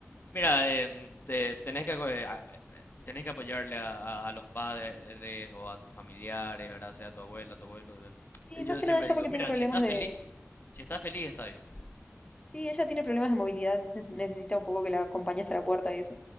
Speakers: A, on the left; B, on the left.
A: Mira, em, te- tenés que, aco- eh, a- eh, eh, tenés que apoyarle a, a- a los padres o a tus familiares, ¿verdad? Sea tu abuela, tu abuelo. em.
B: Sí, más
A: Yo
B: que
A: siempre
B: nada ella
A: digo,
B: porque tiene
A: mira,
B: problemas
A: si estás
B: de...
A: feliz, si estás feliz, está bien.
B: Sí, ella tiene problemas de movilidad, entonces necesita un poco que la acompañe hasta la puerta y eso.